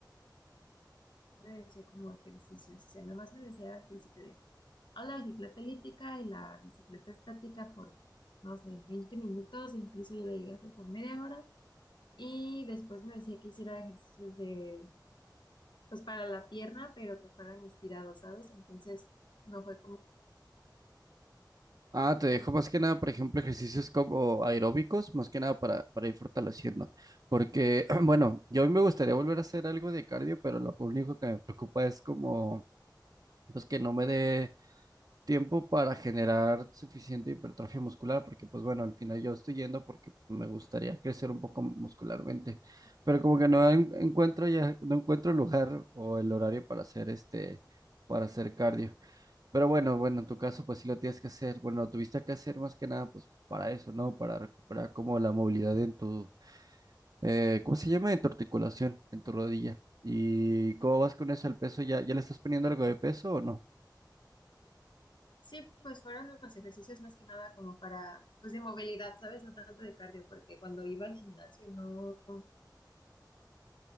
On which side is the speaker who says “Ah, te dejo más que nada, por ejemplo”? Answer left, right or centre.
Right